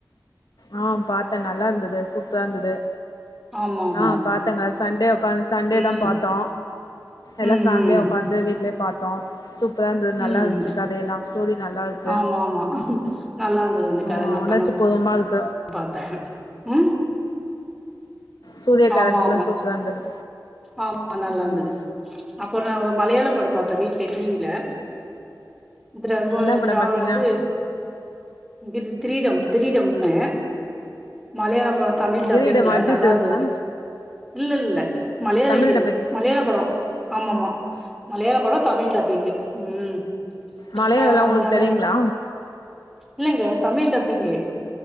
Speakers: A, on the left; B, in the centre.
A: ஆ பாத்தே நல்லார்ந்துது சூப்பரார்ந்துது
B: ஆமா ஆமா
A: ஆ பாத்தேங்க சண்டே ஒக்காந்து சண்டே
B: ம்
A: தா பாத்தோ எல்லா
B: ம்
A: ஃபேம்லியா ஒக்காந்து வீட்லியே பாத்தோ சூப் சூப்ரா இருந்துது நல்லா பராந்துது நல்லாந்த்ச்சு
B: ம் ம்
A: கதையெல்லா ஸ்டோரி நல்லாருக்கு
B: ஆமா ஆமா நல்லா இருந்தது அந்த
A: ஆ
B: கத நானும்
A: ஒழச்சிக் போதுமார்க்
B: பாத்தே ம்
A: சூர்யா கேரக்டர்லா
B: ஆமா ஆமா
A: சூப்பரா இருந்தது
B: ஆமா நல்லாந்துது
A: ம்
B: அப்றோ நா ஒரு மலையாளம் படோ பாத்தே வீட்லே டி வி ல த்ரவ
A: என்ன படம்
B: த்ராவ்
A: பாத்தீங்க
B: இது கிர் த்ரீடம் திடீடம்னு மலையாளம் படோ தமிழ் டப்பிங்
A: கிரீடம் அஜித்
B: நல்லாந்துது
A: இதுங்களா
B: இல்ல இல்ல மலையாள
A: தமிழ்
B: ஈரோ
A: டப்பிங்
B: மலையாள படோ ஆமாம்மா மலையாள படோ தமிழ் டப்பிங்கு ம்
A: மலையாளோல்லா
B: ஆ அது
A: உங்களுக்
B: நல்லா
A: தெரியுங்ளா
B: இல்லங்க தமிழ் டப்பிங்கு